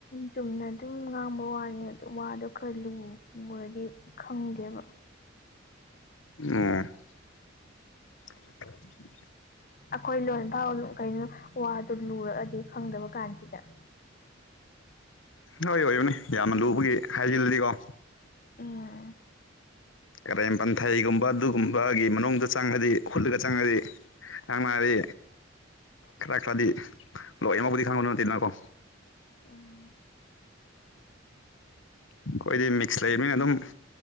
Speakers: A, on the left; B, on the left.
A: ꯆꯨꯝꯅ ꯑꯗꯨꯝ ꯉꯥꯡꯕ ꯋꯥꯅꯤ ꯑꯣ ꯋꯥꯗꯣ ꯈꯔ ꯂꯨꯔꯗꯤ ꯈꯪꯗꯦꯕ
B: <unintelligible> <inaudible>
A: ꯑꯩꯈꯣꯏ ꯂꯣꯟ ꯐꯥꯎ ꯀꯩꯅꯣ ꯋꯥꯗꯨ ꯂꯨꯔꯛꯑꯗꯤ ꯐꯪꯗꯕ ꯀꯥꯟꯁꯤꯗ
B: ꯍꯣꯏ ꯑꯣꯏꯌꯣꯅꯦ ꯌꯥꯝꯅ ꯂꯨꯕꯒꯤ ꯍꯥꯏꯖꯤꯜꯂꯤꯀꯣ
A: <unintelligible>
B: ꯀꯔꯦꯝ ꯄꯟꯊꯩꯒꯨꯝꯕ ꯑꯗꯨꯒꯨꯝꯕꯒꯤ ꯃꯅꯨꯡꯗꯗꯨ ꯆꯪꯉꯗꯤ ꯍꯨꯠꯂꯒ ꯆꯪꯉꯗꯤ ꯅ ꯃꯥꯗꯤ ꯈꯔ ꯈꯔꯗꯤ ꯂꯣꯏꯃꯛꯕꯨꯗꯤ ꯈꯪꯕꯅ ꯅꯠꯇꯦꯅꯀꯣ
A: ꯎꯝ
B: ꯑꯩꯈꯣꯏꯗꯤ ꯃꯤꯛꯁ ꯂꯩꯃꯤꯅ ꯑꯗꯨꯝ